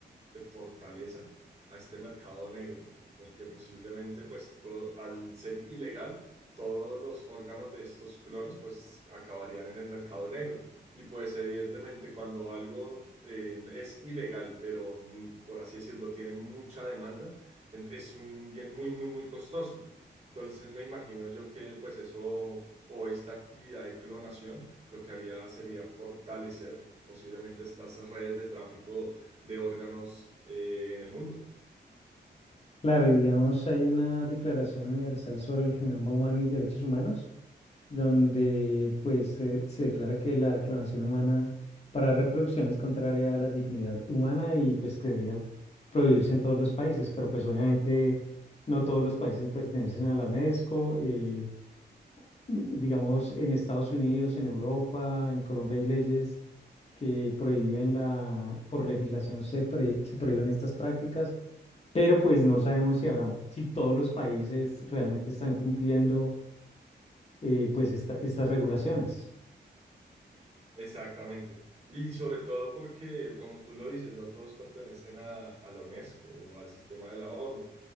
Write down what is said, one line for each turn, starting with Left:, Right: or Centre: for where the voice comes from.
Right: de fortaleza a este mercado negro, porque posiblemente pues todo, al ser ilegal, todos los órganos de estos clones pues acabarían en el mercado negro. Y pues evidentemente cuando algo eh, es ilegal, pero mm, por así decirlo, tiene mucha demanda, en- es un bien muy, muy, muy costoso. Entonces me imagino yo que pues eso o esta actividad de clonación lo que haría sería fortalecer posiblemente estas redes de tráfico de órganos eh, en el mundo.
Left: Claro, y digamos, hay una Declaración Universal sobre el Genoma Humano y Derechos Humanos donde pues se, se declara que la clonación humana para reproducción es contraria a la dignidad humana y pues que debería prohibirse en todos los países, pero pues obviamente no todos los países pertenecen a la UNESCO, eh, digamos en Estados Unidos, en Europa, en Colombia hay leyes que prohíben la, por legislación se, pre- se prohíben estas prácticas, pero pues no sabemos si habrán, si todos los países realmente están cumpliendo eh, pues esta- estas regulaciones.
Right: Exactamente. Y sobre todo porque, como tú lo dices, no todos pertenecen a, a la UNESCO o al sistema de la ONU.